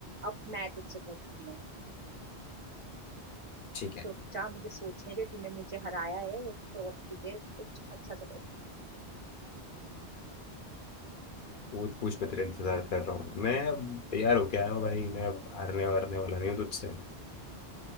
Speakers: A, on the right; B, on the left.
A: अब मैं तुझसे पूछती हूँ
B: ठीक है
A: रुक जा मुझे सोचने दे तूने मुझे हराया है तो अब तुझे कुछ अच्छा सा
B: पूछ पूछ मैं तेरा इंतजार कर रहा हूँ मैं अब तैयार हो गया हूँ भाई मैं अब हारने वारने वाला नहीं हूँ तुझसे